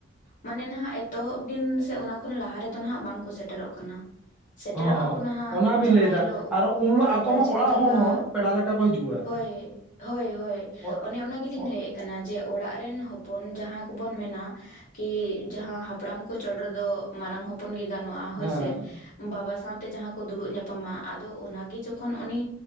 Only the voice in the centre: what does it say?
ᱚᱦᱚᱸ ᱚᱦᱚᱸ
ᱚᱱᱟ
ᱵᱤᱱ ᱞᱟᱹᱭᱫᱟ
ᱟᱨᱚ ᱩᱱ ᱦᱤᱞᱳᱜ
ᱟᱠᱚ ᱦᱚᱸ
ᱚᱲᱟᱜ
ᱦᱚᱲ ᱦᱚᱸ ᱯᱮᱲᱟ ᱞᱮᱠᱟ ᱠᱚ ᱦᱤᱡᱩᱜᱼᱟ
ᱚ-
ᱚ-
ᱦᱮᱸ